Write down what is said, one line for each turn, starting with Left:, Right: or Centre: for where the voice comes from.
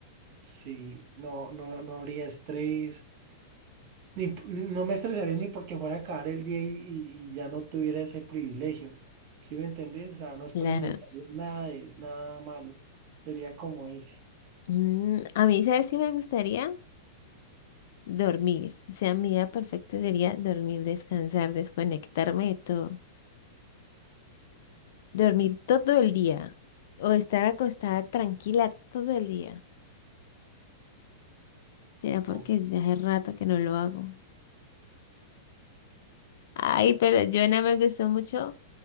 Right: Sí, no, no, no habría estrés. Ni p- no me estresaría ni porque fuera a acabar el día y, y- y ya no tuviera ese privilegio. ¿Sí me entendés? O sea, no experimentaría
Left: Claro.
Right: nada de nada malo. Sería como ese.
Left: Mm, a mí, ¿sabes si me gustaría? Dormir. O sea, mi día perfecto sería dormir, descansar, desconectarme de todo. Dormir todo el día. O estar acostada tranquila todo el día. Será porque
Right: Ok,
Left: ya hace rato que no lo hago. Ay, pero Joana, me gustó mucho